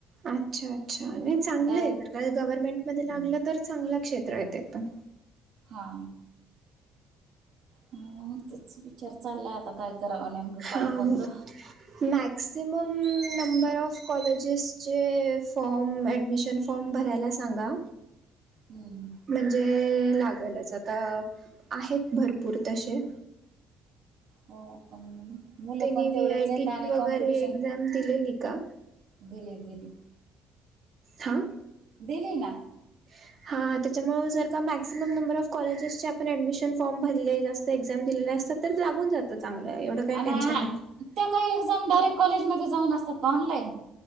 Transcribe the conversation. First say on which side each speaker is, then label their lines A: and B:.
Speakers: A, on the right; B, on the right.
A: अच्छा अच्छा, नाही चांगलंय
B: डायरेक्ट
A: जर का गव्हर्नमेंट मध्ये लागलं तर चांगलं क्षेत्र आहे ते पण.
B: हा. हम्म तेच विचार चाललाय आता करावा नेमकं?
A: हा
B: काय
A: <unintelligible>
B: कोणतं
A: मॅक्सिमम नंबर ऑफ कॉलेजेस चे फॉर्म ऍडमिशन फॉर्म भरायला सांगा.
B: हम्म हम्म.
A: म्हणजे लागलच आता आहेत भरपूर तशे.
B: हो पण मग, मुलं
A: त्यांनी
B: पण
A: व्ही
B: तेवढेच
A: आय
B: हायत
A: टीची
B: आणि
A: वगैरे
B: कॉम्पिटिशन
A: एक्झाम दिलेली का
B: दिलेत दिले.
A: हा?
B: दिली ना.
A: <unintelligible> हा, त्याच्यामुळं जर का मॅक्सिमम नंबर ऑफ कॉलेजेसचे आपण ॲडमिशन फॉर्म भरले असते, एक्झाम दिलेले असतात. तर लागून जातं चांगलं, एवढं काही
B: आणि
A: टेन्शन नाही.
B: त्या काही एक्झाम डायरेक्ट कॉलेजमध्ये जाऊन असतात का ऑनलाईन?